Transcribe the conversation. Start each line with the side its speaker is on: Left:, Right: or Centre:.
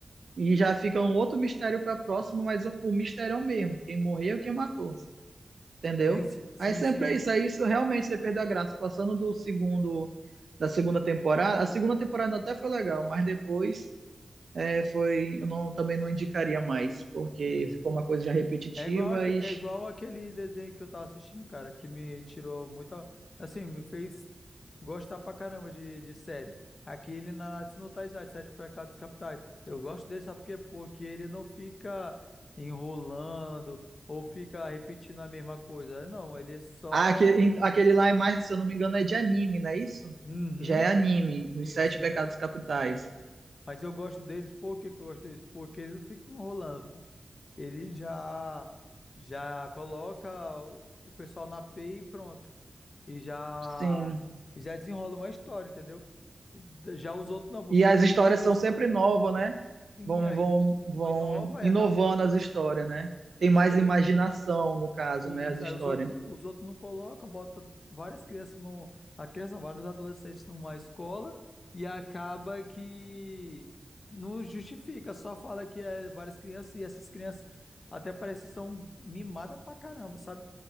Right: E já fica um outro mistério para próximo, mas o o mistério é o mesmo, quem morreu e quem matou. Entendeu?
Left: Sim, si- sim,
Right: Aí sempre
Left: sim.
Right: é isso. Aí isso realmente você perdeu a graça. Passando do segundo, da segunda temporada, a segunda temporada até foi legal, mas depois é, foi, eu não, também não indicaria mais, porque
Left: Hum.
Right: ficou uma coisa já repetitiva
Left: É igual, aque-
Right: e
Left: é igual aquele desenho que eu tava assistindo, cara, que me tirou muita. Assim, me fez gostar pra caramba de, de séries. Aquele Nanatsu no Taizai, Sete Pecados Capitais. Eu gosto dele, sabe por quê? Porque ele não fica enrolando ou fica repetindo a mesma coisa. Não, ele é só.
Right: ah, aquele, aquele lá é mais, se eu não me engano, é de anime, não é isso?
Left: Uhum,
Right: Já é anime, Os
Left: sim,
Right: Sete
Left: sim.
Right: Pecados Capitais.
Left: Mas eu gosto deles, por que que eu gosto deles? Porque eles não ficam enrolando. Ele já já coloca o o pessoal na API e pronto. E já
Right: Sim.
Left: e já desenrola uma história, entendeu? Já os outros não, vou
Right: E
Left: ficar
Right: as
Left: na
Right: histórias
Left: mesmice.
Right: são sempre novas, né?
Left: Sim,
Right: Vão,
Left: aí
Right: vão, vão
Left: não inova
Right: inovando
Left: e acaba enjoando.
Right: as histórias, né?
Left: E
Right: Tem mais
Left: isso aí,
Right: imaginação, no caso,
Left: e
Right: né?
Left: isso
Right: As histórias.
Left: aí os outros, os outros não colocam, bota várias crianças num, a criança, não, vários adolescentes numa escola e acaba que não justifica, só fala que é várias crianças e essas crianças até parece que são mimadas pra caramba, sabe?